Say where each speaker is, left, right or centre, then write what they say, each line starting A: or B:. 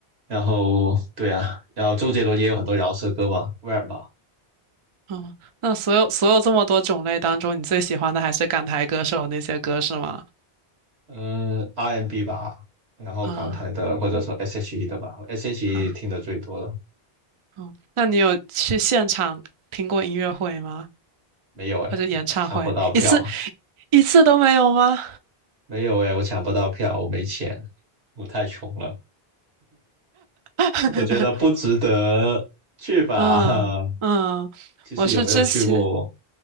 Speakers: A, on the right (about 85°); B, on the right (about 45°).
A: 然后对啊，然后周杰伦也有很多饶舌歌嘛，rap 嘛。
B: 嗯，那所有所有这么多种类当中，你最喜欢的还是港台歌手那些歌是吗？
A: 嗯，RMB 吧，然后港台的或者说
B: 啊、
A: SHE 的吧，SHE
B: 嗯。
A: 听的最多了。
B: 哦，那你有去现场听过音乐会吗？
A: 没有哎，
B: 或者演唱会？
A: 抢不到票，
B: 一次一次都没有吗？
A: 没有哎，我抢不到票，我没钱，我太穷了，
B: <laughs>
A: 我觉得不值得去吧。
B: 嗯嗯，
A: <laughs> 其实有没有去过，
B: 我是之前